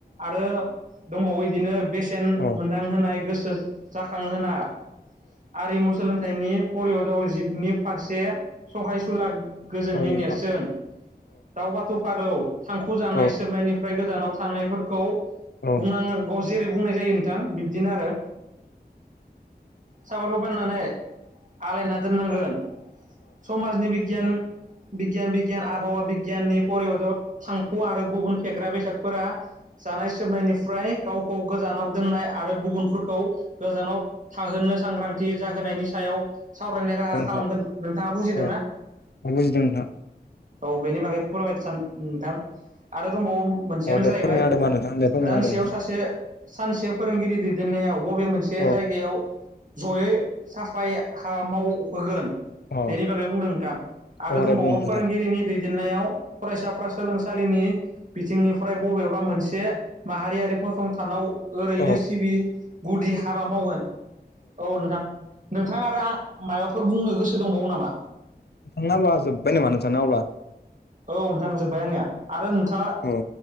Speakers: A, on the right; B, on the left.
A: आरो दंबावो इदिनो बेसेन
B: औ औ
A: मोनदां होनाय गोसो जाखांहोना आरिमु सोलोंथाइनि परियदआव जिबनि फारसे सहायसुला गोजोननि
B: औ नोंथां
A: नेरसोन दाउ बाथौ फारौ थांखु
B: औ
A: जानाय सोबनायनिफ्राय गोजानाव थानायफोरखौ बुंनांगौ
B: औ औ
A: जेरै बुंनाय जायो नोंथां बिब्दिनो आरो। सावरबो बाननानै आलायना दोननांगोन समाजनि बिगियान बिगियान बिगियान आबहावा बिगियाननि परिय'दाव थांखु' आरो गुबुन फेग्रा बेसादफोरा जानाय सोबनायनिफ्राय गावखौ गोजानाव दोननाय आरो गुबुनफोरखौ गोजानाव थाहोनो सांग्रांथि जाहोनायनि सायाव सावरायनाय
B: नोंथां
A: राहा खालामगोन नोंथाङा बुजिदोंना?
B: औ बुजिदों नोंथां
A: औ बेनि बागै फोरमायनो सान नोंथां आरो दंबावो मोनसेयानो
B: अ दे
A: जाहैबाय
B: फोरमायना होदो होमबा नोंथां दे फोरमायना
A: दानसेयाव
B: होदो नोंथां
A: सासे सानसे फोरोंगिरि दैदेननायाव बबे मोनसे
B: औ
A: जायगायाव जयै साफाय हाबा मावहोगोन।
B: औ
A: बेनि बागै बुंदों नोंथां आरो
B: औ
A: दंबावो
B: दे बुं नोंथां
A: फोरोंगिरिनि दै देननायाव फरायसाफ्रा सोलोंसालिनि बिथिंनिफ्राय बबेबा मोनसे माहारियारि फसंथानाव ओरैनो
B: औ
A: सिबि गुदि हाबा मावगोन औ नोंथां। नोंथांङा आरो आ माबाफोर बुंनो गोसो दंबावो नामा?
B: नोंथांना ओमबा जोब्बाय नामा नोंथांना अब्ला?
A: औ नोंथां जोबबाय आंनिया आरो नोंथाङा
B: औ